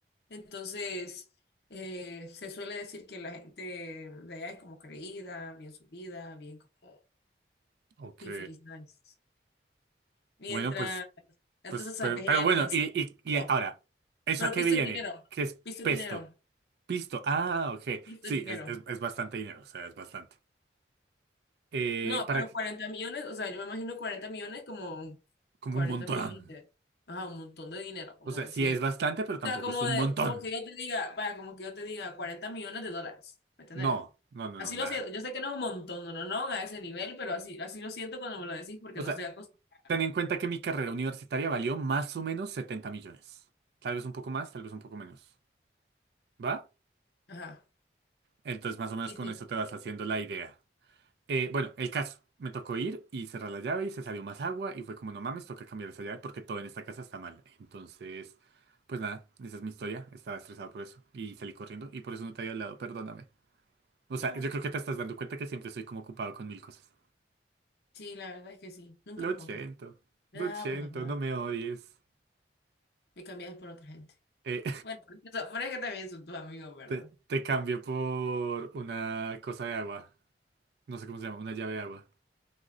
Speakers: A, on the left; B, on the right.
A: Entonces, eh, se suele decir que la gente de allá es como creída, bien subida, bien como
B: ok.
A: fifris nice. Mientras,
B: Bueno, pues,
A: entonces
B: pues,
A: tal
B: pero,
A: vez
B: pero
A: ella
B: bueno,
A: no es así.
B: y, y,
A: Oh,
B: y ahora, ¿eso
A: Pero
B: a qué
A: pisto
B: viene?
A: es dinero,
B: ¿Qué es
A: pisto
B: pesto?
A: es dinero,
B: Pisto. Ah, ok.
A: pisto
B: Sí,
A: es dinero.
B: es, es, es bastante dinero, o sea, es bastante. Eh,
A: No,
B: para,
A: pero
B: que-
A: 40 millones, o sea, yo me imagino 40 millones como
B: como
A: 40
B: un montón.
A: millones, de- ajá, un montón de dinero, como
B: O sea,
A: decir,
B: sí es bastante, pero
A: o
B: tampoco
A: sea, como,
B: es un
A: de,
B: montón.
A: como que yo te diga, vaya, como que yo te diga 40 millones de dólares, ¿me entiendes?
B: No, no, no,
A: Así
B: no, nada.
A: lo siento, yo sé que no es un montón, no, no, no, a ese nivel, pero así, así lo siento cuando me lo decís porque
B: O
A: no
B: sea,
A: estoy acostumbrada.
B: Ten en cuenta que mi carrera universitaria valió más o menos 70 millones. Tal vez un poco más, tal vez un poco menos. ¿Va?
A: Ajá,
B: Entonces, más o menos
A: y
B: con
A: sí.
B: eso te vas haciendo la idea. Eh, bueno, el caso. Me tocó ir y cerrar la llave y se salió más agua y fue como, no mames, toca cambiar esa llave porque todo en esta casa está mal. Entonces, pues nada, esa es mi historia. Estaba estresado por eso y salí corriendo y por eso no te había hablado, perdóname. O
A: No,
B: sea, yo
A: tranquilo.
B: creo que te estás dando cuenta que siempre estoy como ocupado con mil cosas.
A: Sí, la verdad es que sí, nunca
B: Lo
A: me
B: siento,
A: contesté. Me
B: lo
A: dejaba
B: siento,
A: abandonada,
B: no me odies.
A: me cambiabas por otra gente.
B: Eh,
A: Bueno, <laughs> por pero es que también son tus amigos, ¿verdad?
B: Te, te cambio por una cosa de agua. No sé cómo se llama, una llave de agua.